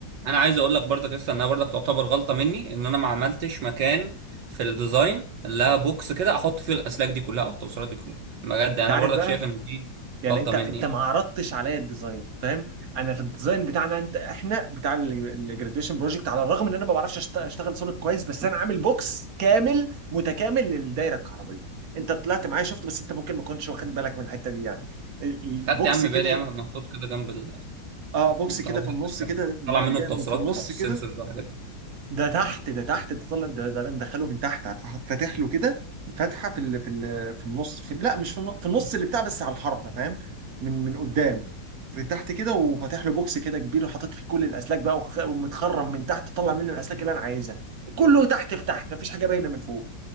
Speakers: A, on the right; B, on the right.
A: انا عايز اقول لك برضك لسه انها برضك تعتبر غلطه مني ان انا ما عملتش مكان في الديزاين لا بوكس كده احط فيه الاسلاك دي كلها او التوصيلات دي كلها بجد
B: انت
A: انا
B: عارف
A: برضك
B: بقى
A: شايف ان دي
B: يعني
A: غلطه
B: انت
A: مني
B: انت
A: يعني
B: ما عرضتش عليا الديزاين فاهم انا في الديزاين بتاعنا انت احنا بتاع الجراديويشن بروجكت على الرغم ان انا ما بعرفش اشت- اشتغل سوليد كويس بس انا عامل بوكس كامل متكامل للدايره الكهربائيه انت طلعت معايا شفت بس انت ممكن ما كنتش واخد بالك من الحته دي يعني ال- البوكس
A: خدت يا عم
B: كده
A: بالي يا عم محطوط كده جنب ال-
B: اه بوكس
A: اللي
B: كده
A: هو
B: في النص
A: كان
B: كده ما
A: طالع منه
B: جاء-
A: التوصيلات
B: في النص
A: بتاعت السنسورز
B: كده
A: والحاجات دي
B: ده تحت ده تحت ده طلع ده ده انا مدخله من تحت فح- فاتح له كده فتحه في ال- في ال- في النص في لا مش في النص في النص اللي بتاع بس على الحرف فاهم من من قدام في تحت كده وفاتح له بوكس كده كبير وحاطط فيه كل الاسلاك بقى وخ- ومتخرم من تحت طلع منه الاسلاك اللي انا عايزها كله تحت في تحت مفيش حاجه باينه من فوق